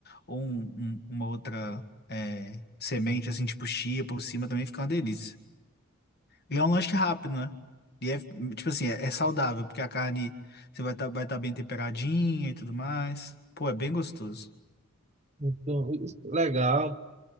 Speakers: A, on the left; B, on the right.
A: ou um- um- uma outra é, semente, assim, tipo chia por cima, também fica uma delícia. E é um lanche rápido, né? E é, tipo assim, é, é saudável, porque a carne você vai estar vai tá bem temperadinha e tudo mais. Pô, é bem gostoso.
B: Então, isso, legal.